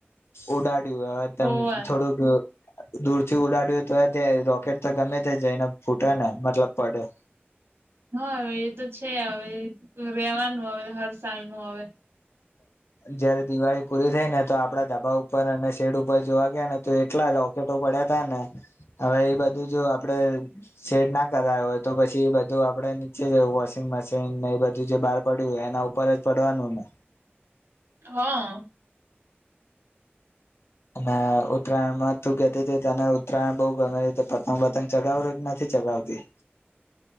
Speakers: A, on the left (about 80°); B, on the right (about 70°).
A: ઉડા હવે
B: હોવે
A: થોડુંક દૂર થી ઉડાડ્યું તો રોકેટ તો ગમે તે જ એને ફૂટે ને મતલબ પડ્યો
B: હા એ તો છે હવે રેવાનું હવે હર સાલનું હવે
A: જયારે દિવાળી પૂરી થઈ ને તો આપડા ધબા ઉપર અને શેડ ઉપર ર જોવા ગયા ને તો એટલા રોકેટો પડ્યા તા ને હવે એ બધું જો આપડે શેડ ના કરાય હોય તો પછી એ બધું આપડે નીચે જ વોશિંગ મશીન એ બધું જે બહાર પડ્યું હોય એને ઉપર જ પડવાનું ને
B: હા
A: અને ઉત્તરાયણમાં તું કે તને ઉત્તરાયણ બહુ ગમે રીતે પતંગ પતંગ ચગાવ કે નથી ચગાવતી